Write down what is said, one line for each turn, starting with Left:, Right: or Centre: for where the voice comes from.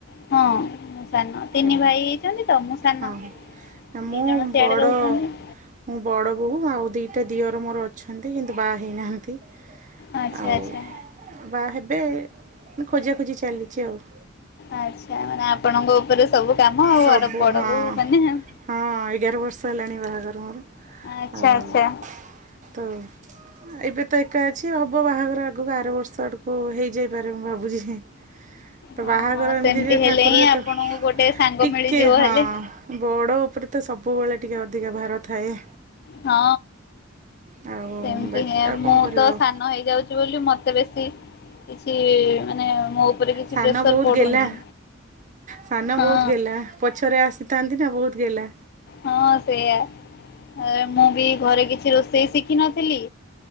Left: ହଁ। ସାନ ତିନି
Right: ହଁ
Left: ଭାଇ ହେଇଛନ୍ତି ତ, ମୁଁ ସାନ,
Right: ହଁ ନା
Left: ଦି
Right: ମୁଁ
Left: ଜଣ ସିଆଡେ
Right: ବଡ଼
Left: ରହୁଛନ୍ତି।
Right: ମୁଁ ବଡ଼ ବୋହୁ ଆଉ ଦିଟା ଦିଅର ମୋର ଅଛନ୍ତି କିନ୍ତୁ ବାହା ହେଇନାହାନ୍ତି।
Left: ଆଚ୍ଛା
Right: ଆଉ
Left: ଆଚ୍ଛା
Right: ବା ହେବେ ମାନେ ଖୋଜାଖୋଜି ଚାଲିଛି ଆଉ।
Left: ଆଚ୍ଛା ମାନେ ଆପଣଙ୍କ ଉପରେ ସବୁ କାମ ଆଉ
Right: ସବୁ
Left: ଅର ବଡ
Right: ହଁ
Left: ବୋହୁ ମାନ ଆଉ।
Right: ହଁ ଏଗାର ବର୍ଷ ହେଲାଣି ବାହାଘର ମୋର।
Left: ଓ ଆଚ୍ଛା,
Right: ଆଉ
Left: ଆଚ୍ଛା।
Right: ତ ଏବେ ତ ଏକା ଅଛି, ହ ପୁଅ ବାହାଘର ଆଗକୁ ଆର ବର୍ଷ ଆଡ଼କୁ ହେଇଯାଇପାରେ ମୁଁ ଭାବୁଛି। ତ
Left: ହଁ
Right: ବାହାଘର
Left: ହଁ
Right: ଏମିତି
Left: ସେମିତି
Right: ଯେ
Left: ହେଲେ
Right: ଠାକୁର
Left: ହିଁ
Right: ଯେ
Left: ଆପଣଙ୍କୁ
Right: ତୋ
Left: ଗୋଟେ ସାଙ୍ଗ
Right: ଟିକେ
Left: ମିଳିଯିବ
Right: ହଁ,
Left: ହେଲେ
Right: ବଡ଼ ଉପରେ ତ ସବୁବେଳେ ଟିକେ ଅଧିକା ଭାର ଥାଏ।
Left: ହଁ
Right: ଆଉ
Left: ସେମିତି
Right: ବାକି
Left: ହିଁ ଆଉ
Right: କଣ
Left: ମୁଁ
Right: କରିବା
Left: ତ
Right: ଆଉ
Left: ସାନ ହେଇଯାଉ ଛି ବୋଲି ମୋତେ ବେଶୀ କିଛି ମାନେ ମୋ ଉପରେ କିଛି
Right: ସାନ
Left: ପ୍ରେସର୍
Right: ବହୁତ
Left: ପଡୁନି,
Right: ଗେଲା। ସାନ
Left: ହଁ।
Right: ବହୁତ ଗେଲା ପଛରେ ଆସିଥାନ୍ତି ନା ବହୁତ ଗେହ୍ଲା।
Left: ହଁ ସେଇଆ। ଏ ମୁଁ ବି ଘରେ କିଛି ରୋଷେଇ ଶିଖିନଥିଲି